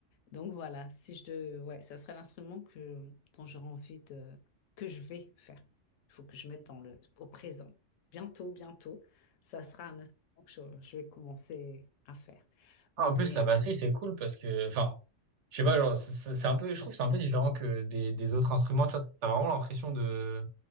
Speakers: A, on the left (about 85°); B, on the right (about 70°).
A: Donc voilà, si je de, Ouais, ça serait l'instrument que, dont j'aurais envie de... que je vais faire. Il faut que je mette dans le... au présent. Bientôt, bientôt, ça sera un instrument que je, je vais commencer à faire. Mais
B: Ah, En plus, la batterie, c'est cool parce que, enfin, je sais pas, genre, c'est c'est- c'est un peu, je trouve que c'est un peu différent que des, des autres instruments. Tu vois, t'as vraiment l'impression de,